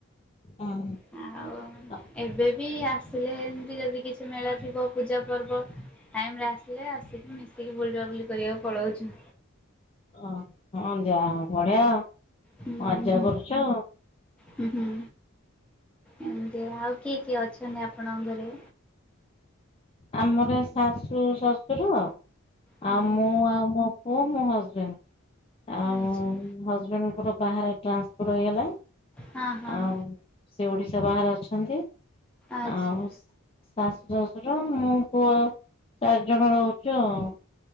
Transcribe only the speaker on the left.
ହଁ
ଆ।
ଓ ହଁ ଯା ହଉ ବଢିଆ ଆଉ
ମଜ୍ଜା
କରୁଚ।
ଆମର ଶାଶୁ ଶଶୁର
ଆଉ ମୁଁ ଆଉ ମୋ ପୁଅ ମୋ ହଜବେଣ୍ଡ। ଆଉ
ହଜବେଣ୍ଡଙ୍କର ବାହାରେ ଟ୍ରାନ୍ସଫର ହେଇଗଲା।
ଆଉ ସେ ଓଡିଶା ବାହାରେ ଅଛନ୍ତି।
ଆଉ ଶାଶୁ ଶଶୁର ମୁଁ ପୁଅ ଚାରି ଜଣ ରହୁଛି ଆଉ।